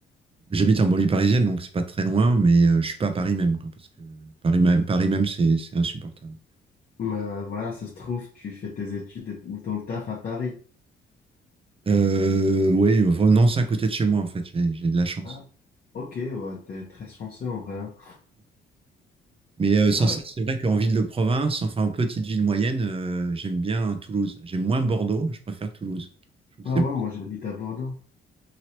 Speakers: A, on the right; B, on the left.
A: J'habite en banlieue parisienne, donc c'est pas très loin, mais euh, je suis pas à Paris même, quoi, parce que Paris même, Paris même c'est c'est insupportable.
B: Mais voilà, ça se trouve, tu fais tes études et- ou ton taf à Paris.
A: Euh, oui, enfin, Nantes c'est à côté de chez moi en fait. J'ai j'ai de la chance.
B: Ah, ok, ouais, t'es très chanceux en vrai. hein.
A: Mais euh, sans
B: Ouais.
A: ça, c'est vrai qu'en ville de province, enfin en petite ville moyenne, euh, j'aime bien Toulouse. J'aime moins Bordeaux, je préfère Toulouse. Je trouve
B: Ah
A: que c'est-
B: ouais, moi, j'habite à Bordeaux.